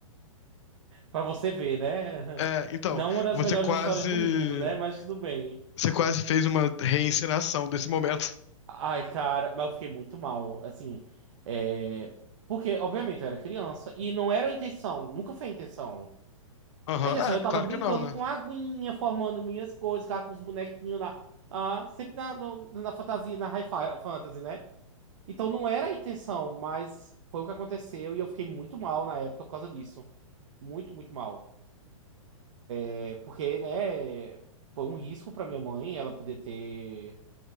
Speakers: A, on the right; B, on the left.
A: Pra você ver, né?
B: É, então,
A: Não uma das
B: você
A: melhores
B: quase.
A: histórias do mundo, né? Mas tudo bem.
B: Você quase fez uma reencenação desse momento.
A: Ai, cara, mas eu fiquei muito mal, assim, é... porque, obviamente, eu era criança e não era a intenção, nunca foi a intenção.
B: <laughs> Aham.
A: A intenção,
B: É,
A: é eu tava
B: claro
A: brincando
B: que não, né?
A: com aguinha, formando minhas coisas, ficava com os bonequinhos lá, ah, sempre na, no- na fantasia, na high fi- fantasy, né? Então não era a intenção, mas foi o que aconteceu e eu fiquei muito mal na época por causa disso. Muito, muito mal. É porque, né, foi um risco pra minha mãe ela poder ter.